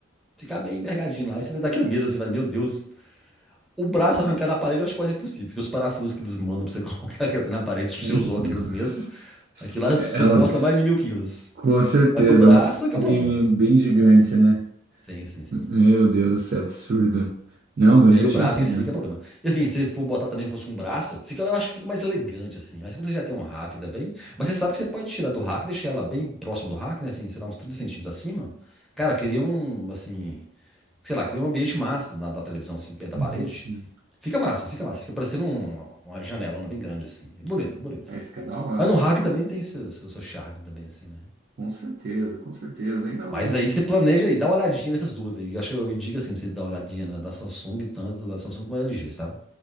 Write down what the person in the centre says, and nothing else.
ficar meio envergadinho lá, e você vai dar aquele medo, assim, vai, meu Deus. O braço arrancar da parede eu acho quase impossível, porque os parafusos que eles mandam pra você <laughs> colocar aquilo na parede, se
você
usou aqueles mesmo, aquilo lá
suporta
mais de mil quilos.
Mas o braço
é que
é o problema.
Sim, sim, sim.
E aí
o
braço
em si que é problema. E assim, se for botar também, se fosse um braço, fica, eu acho que fica mais elegante, assim. Mas como você já tem um rack também, mas você sabe que você pode tirar do rack e deixar ela bem próximo do rack, né? Assim, sei lá, uns 30 centímetros acima. Cara, cria um, assim, sei lá, cria um ambiente massa na, da televisão, assim, perto da parede.
Fica massa, fica massa. Fica parecendo um, uma janelona bem grande, assim. É bonito, é bonito.
Mas no rack também tem seu, seu, seu charme também, assim, né?
Mas
aí você planeja e dá uma olhadinha nessas duas aí. Eu Acho que eu indico assim pra você dar uma olhadinha na da Samsung, tanto da Samsung como da LG, sabe?